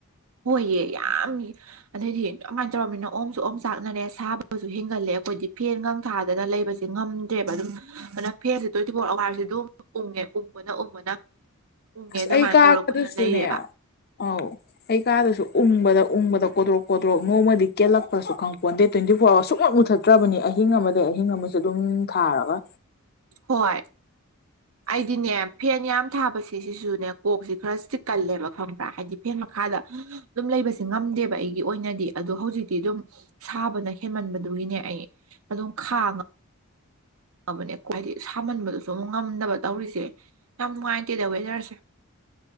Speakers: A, on the right (about 65°); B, on the left (about 45°).
A: ꯍꯣꯏꯌꯦ ꯌꯥꯝ ꯑꯗꯩꯗꯤ ꯑꯃꯥꯏꯅ ꯇꯧꯔꯝꯅꯤꯅ ꯑꯣꯝꯁꯨ ꯑꯣꯝ ꯆꯥꯛꯅꯔꯦ ꯁꯥꯕꯁꯨ ꯍꯦꯟꯒꯠꯂꯦ ꯑꯩꯈꯣꯏꯗꯤ ꯐꯦꯟꯒꯪ ꯊꯥꯗꯅ ꯂꯩꯕꯁꯦ ꯉꯝꯗ꯭ꯔꯦꯕ ꯑꯗꯨꯝ ꯑꯗꯨꯅ ꯐꯦꯟꯁꯦ ꯇ꯭ꯋꯦꯟꯇꯤ ꯐꯣꯔ ꯑꯋꯥꯔꯁꯦ ꯑꯗꯨꯝ ꯎꯪꯉꯦ ꯎꯪꯕꯅ ꯎꯪꯕꯅ <unintelligible> ꯑꯗꯨꯃꯥꯏ
B: ꯑꯩ ꯀꯥꯒꯗꯨꯁꯨꯅꯦ
A: ꯇꯧꯔꯞ ꯑꯣꯏꯅ ꯂꯩꯔꯦꯕ
B: ꯑꯧ ꯑꯩ ꯀꯥꯗꯨꯁꯨ ꯎꯡꯕꯗ ꯎꯡꯕꯗ ꯀꯣꯗ꯭ꯔꯣꯛ ꯀꯣꯗ꯭ꯔꯣꯛ ꯅꯣꯡꯃꯗꯤ ꯀꯦꯜꯂꯛꯄ꯭ꯔꯥꯁꯨ ꯈꯪꯄꯣꯠꯇꯦ ꯇ꯭ꯋꯦꯟꯇꯤ-ꯐꯣꯔ ꯑꯋꯥꯔ ꯁꯨꯡꯃꯨꯠ ꯃꯨꯊꯠ ꯇ꯭ꯔꯕꯅꯤ ꯑꯍꯤꯡ ꯑꯃꯗꯩ ꯑꯍꯤꯡ ꯑꯃꯁꯨ ꯑꯗꯨꯝ ꯊꯥꯔꯒ
A: ꯍꯣꯏ
B: <inaudible>
A: ꯑꯩꯗꯤꯅꯦ ꯐꯦꯟ ꯌꯥꯝ ꯊꯥꯕꯁꯦ ꯁꯤꯁꯨꯅꯦ ꯀꯣꯛꯁꯤ ꯈꯔ ꯆꯤꯛꯀꯜꯂꯦꯕ ꯈꯪꯕ꯭ꯔꯥ ꯍꯥꯏꯗꯤ ꯐꯦꯟ ꯃꯈꯥꯗ ꯑꯗꯨꯝ ꯂꯩꯕꯁꯦ ꯉꯝꯗꯦꯕ ꯑꯩꯒꯤ ꯑꯣꯏꯅꯗꯤ ꯑꯗꯣ ꯍꯧꯖꯤꯛꯇꯤ ꯑꯗꯨꯝ ꯁꯥꯕꯅ ꯍꯦꯟꯃꯟꯕꯗꯨꯒꯤꯅꯦ ꯑꯩ ꯑꯗꯨꯝ ꯈꯥꯡ <unintelligible> ꯁꯥꯃꯟꯕꯗꯨꯁꯨ ꯑꯃꯨꯛ ꯉꯝꯗꯕ ꯇꯧꯔꯤꯁꯦ ꯌꯥꯝ ꯅꯨꯡꯉꯥꯏꯇꯦꯗ ꯋꯦꯗꯔꯁꯦ